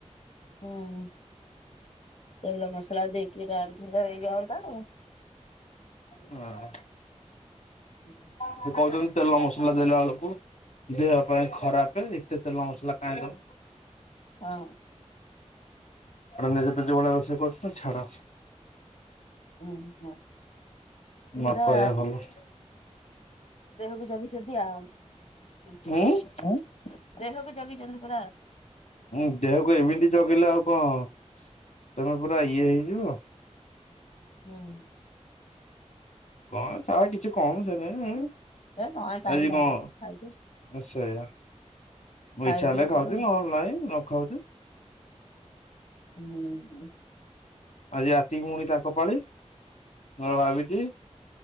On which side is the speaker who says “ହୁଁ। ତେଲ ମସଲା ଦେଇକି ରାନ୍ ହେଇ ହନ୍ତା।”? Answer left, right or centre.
Left